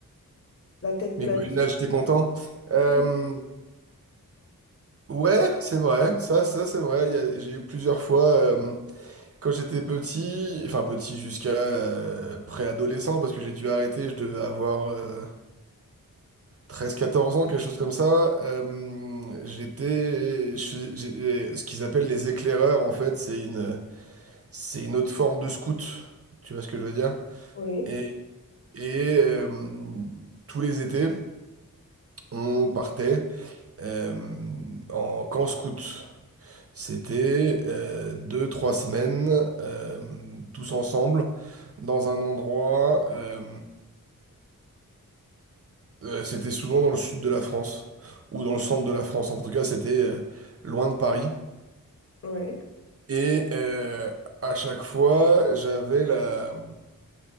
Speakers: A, on the left (about 40°); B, on the right (about 45°).
A: la tête
B: mais
A: pleine
B: qu'au final
A: de
B: j'étais content. Euh,
A: soucis.
B: ouais, c'est vrai, ça, ça c'est vrai, il y a- j'ai eu plusieurs fois. euh, Quand j'étais petit, enfin petit jusqu'à euh, préadolescent, parce que j'ai dû arrêter, je devais avoir euh, 13-14 ans, quelque chose comme ça, euh, j'étais, je suis- j'ai- ce qu'ils appellent les éclaireurs, en fait, c'est une, c'est une autre forme de scout, tu vois ce que je veux dire?
A: Oui,
B: Et, et euh, tous les étés, on partait euh, en camp scout. C'était euh, deux, trois semaines euh, tous ensemble dans un endroit. euh, euh, c'était souvent dans le sud de la France ou dans le centre de la France. En tout cas, c'était euh, loin de Paris.
A: oui.
B: Et euh, à chaque fois, j'avais la.